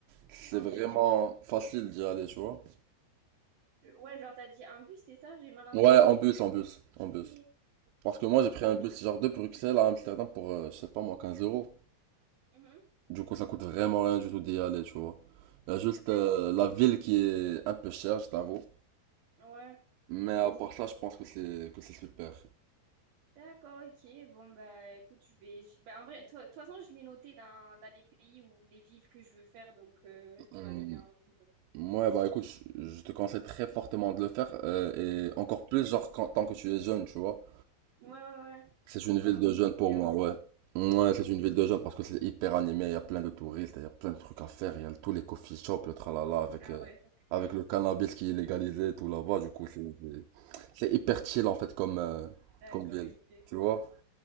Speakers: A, on the right; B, on the right.
A: c'est
B: Un
A: vraiment
B: bus?
A: facile d'y aller, tu vois.
B: Euh, Ouais, genre t'as dit un bus, c'est ça? J'ai mal entendu.
A: Ouais, en
B: j'ai-
A: bus, en bus, en
B: Ok,
A: bus. Parce que moi,
B: ok.
A: j'ai pris un bus, genre, de Bruxelles à Amsterdam pour, euh, je sais pas moi, 15 euros.
B: Mhm.
A: Du coup, ça coûte vraiment rien du tout d'y aller, tu vois. Il y a juste
B: D'accord,
A: euh, la ville qui est un peu chère, je t'avoue.
B: ouais.
A: Mais
B: Oui,
A: à
B: oui,
A: part ça, je pense que c'est que c'est super.
B: D'accord, ok. Bon, bah écoute, je vais. je- bah, en vrai, toi- de toute façon, je l'ai noté dans, dans les pays ou les villes que je veux faire, donc euh, tu
A: Hmm,
B: m'as donné envie. Donc.
A: Ouais, bah écoute, je, je te conseille très fortement de le faire, euh, et encore plus, genre, quand, tant que tu es jeune, tu vois.
B: Ouais, ouais, ouais.
A: C'est
B: Pour
A: une
B: vraiment
A: ville de
B: profiter
A: jeunes pour
B: à
A: moi,
B: fond.
A: ouais. Ouais,
B: Hmm.
A: c'est une ville de jeunes parce que c'est hyper animé, il y a plein de touristes, il y a plein de trucs à faire, il y a tous les coffee shops, le tralala, avec,
B: Ah
A: euh,
B: ouais, ça c'est incroyable.
A: avec le cannabis qui est légalisé, tout là-bas, du coup, c'est c'est- c'est hyper chill, en fait, comme, euh,
B: D'accord,
A: comme ville,
B: ok.
A: tu vois.